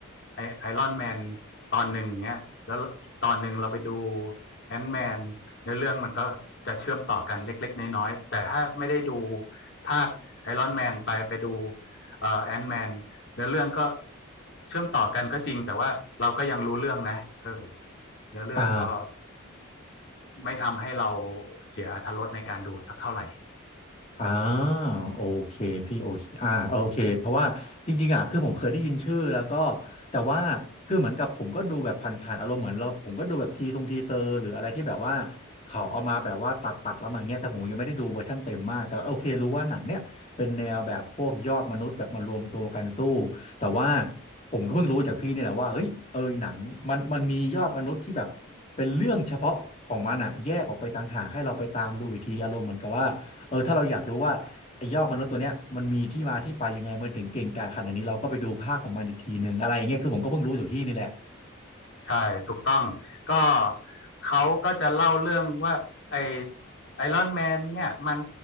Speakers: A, on the left; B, on the left.
A: ไอไอรอนแมนตอนหนึ่งเนี้ยแล้วอีกตอนหนึ่งเราไปดูแอนท์แมนเนื้อเรื่องมันก็จะเชื่อมต่อกันเล็กๆน้อยๆแต่ถ้าไม่ได้ดูภาค ไอรอนแมนไปไปดูแอนด์นแมนเนื้อเรื่องก็เชื่อมต่อกันก็จริงแต่ว่าเราก็ยังรู้เรื่องนะเออเนื้อเรื่องก็
B: อ่า
A: ไม่ทำให้เราเสียอรรถรสในการดูสักเท่าไหร่
B: อ่าโอเคพี่โอเคอ่าโอเคเพราะว่าจริงๆอ่ะคือผมเคยได้ยินชื่อแล้วก็แต่ว่าคือเหมือนกับผมก็ดูแบบผ่านๆอารมณ์เหมือนเราผมก็ดูแบบทีทรงทีเซอร์หรืออะไรที่แบบว่าเขาเอามาแบบว่าตัดตัดแล้วมาอย่างเงี้ยแต่ผมยังไม่ได้ดูเวอร์ชั่นเต็มมากแต่โอเครู้ว่าหนังเนี้ยเป็นแนวแบบพวกยอดมนุษย์แบบมารวมตัวกันสู้แต่ว่าผมก็เพิ่งรู้จากพี่เนี่ยแหละว่าเฮ้ยเออหนังมันมันมียอดมนุษย์ที่แบบเป็นเรื่องเฉพาะของมันอ่ะแยกออกไปต่างหากให้เราไปตามดูอีกทีอารมณ์เหมือนกับว่า เออถ้าเราอยากรู้ว่าไอ้ยอดมนุษย์ตัวเนี้ยมันมีที่มาที่ไปยังไงมันถึงเก่งกาจขนาดนี้เราก็ไปดูภาคของมันอีกทีหนึ่งอะไรเงี้ยคือผมก็เพิ่งรู้จากที่นี่แหละ
A: ใช่ถูกต้องก็เขาก็จะเล่าเรื่องว่าไอไอรอนแมนเนี่ยมัน